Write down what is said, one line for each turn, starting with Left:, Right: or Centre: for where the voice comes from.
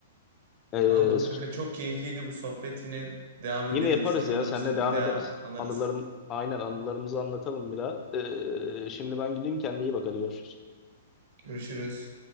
Left: Ee,
Right: Tamamdır kanka çok keyifliydi bu sohbet. Yine devam
Left: Yine
Right: ederiz
Left: yaparız
Right: eski
Left: ya.
Right: anılarımızı
Left: Seninle devam
Right: bir daha
Left: ederiz.
Right: anarız.
Left: Anılarım, aynen anılarımızı anlatalım bir daha. Ee, şimdi ben gideyim. Kendine iyi bak. Hadi görüşürüz.
Right: Görüşürüz.